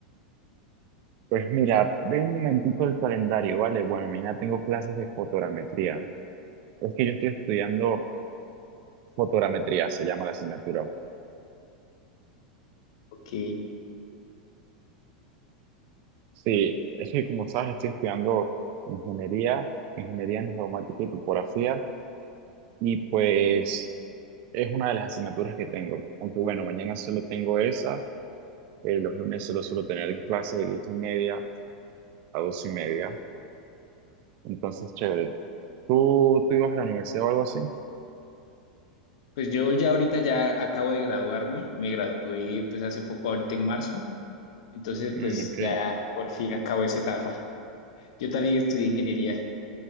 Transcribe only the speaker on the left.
Ok,
pues yo ya ahorita ya acabo de graduarme, me gradué pues hace poco, ahorita en marzo, entonces
pues
ya por fin acabo esa etapa. Yo también estudié ingeniería,